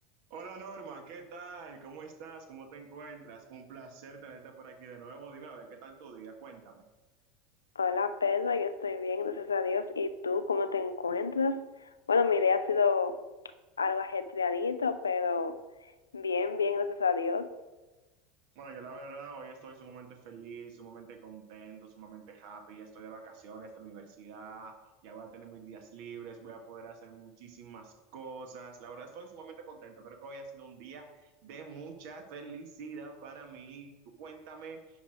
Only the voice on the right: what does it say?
Hola Norma, ¿qué tal? ¿Cómo estás? ¿Cómo te encuentras? Un placer tenerte por aquí de nuevo. Dime a ver, ¿qué tal tu día? Cuéntame.
Bueno, yo la verdad hoy estoy sumamente feliz, sumamente contento, sumamente happy. Ya estoy de vacaciones de la universidad, ya voy a tener mis días libres, voy a poder hacer muchísimas cosas. La verdad estoy sumamente contento. Creo que hoy ha sido un día de mucha felicidad para mí. Tú cuéntame,